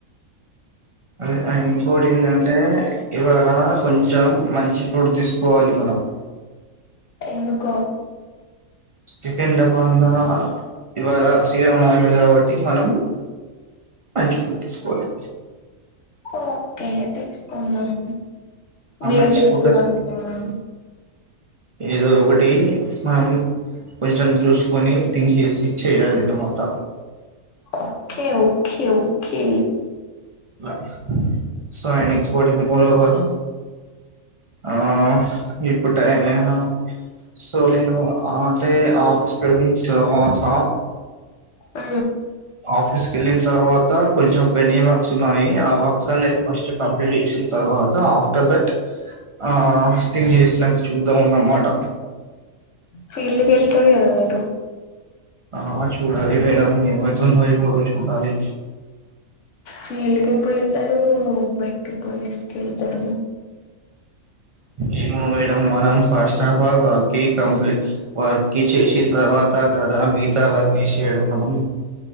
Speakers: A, on the right; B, on the left.
A: అదే అండ్ ఇంకోటి ఏందంటే ఇవాళ కొంచం మంచి ఫుడ్ తీసుకోవాలి మనం అ
B: ఎందుకో
A: స్టీఫిన్ <unintelligible> ఇవాళ శ్రీరామనమి కాబట్టి మనం మంచి ఫుడ్ తీసుకోవాలి
B: ఓకే తీసుకుందాం
A: ఆ
B: బియర్
A: మంచి
B: టెంపుల్
A: ఫుడ్
B: అనుకున్నాం
A: ఏదో ఒకటి మమ్ కొంచెం చూసుకొని తింగ్ చేేసి చేయాలి అన్నమాట
B: ఓకే ఓకే ఓకే
A: అట్ల సో ఆయన ఇంకోటి మోర్ ఓవర్ ఆ ఇప్పుడు టైం ఏమో సో నేను ఆ అంటే ఆఫీస్కి వెళ్లి తర్వాత
B: అ
A: ఆఫీస్ కి వెళ్ళిన తర్వాత కొంచం పెడి వర్క్స్ ఉన్నాయి ఆ వర్క్స్ అనేది ఫస్ట్ కంప్లీట్ చేసిన తర్వా తర్వాత ఆఫ్టర్ దాట్ ఆ థింగ్ చేసినాకా చూద్దాం అన్నమాట
B: ఫీల్డ్కి వెళ్తారు కదా మీరు
A: ఆ చూడాలి మేడం ఏం అయితుందో ఏమో చూడాలి
B: ఫీల్డ్ కి ఎప్పుడు వెళ్తారు బయటకి ఎప్పుడు తీసుకెళ్తారు <unintelligible>
A: ఏమో మేడం మనం ఫస్ట్ ఆఫ్ ఆల్ వర్క్ కి కంప్లీ వర్క్ కి చేసిన తర్వాత కదా దా మితా వారినిష్ చేేయడం మనం